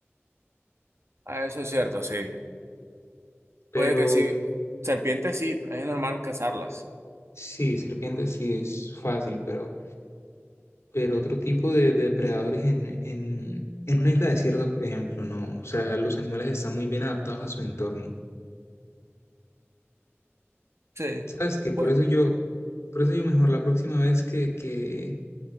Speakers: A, on the right (about 70°); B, on the left (about 75°).
A: Ah, eso es cierto, sí.
B: pero
A: Puede que sí. Serpientes sí, es normal cazarlas.
B: sí, serpientes sí es fácil, pero, pero otro tipo de, de depredadores en, en, en una isla desierta, por ejemplo, no, o sea, los animales están muy bien adaptados a su entorno.
A: Sí.
B: ¿Sabes qué? Por
A: Bueno,
B: eso yo, por eso yo mejor la próxima vez que, que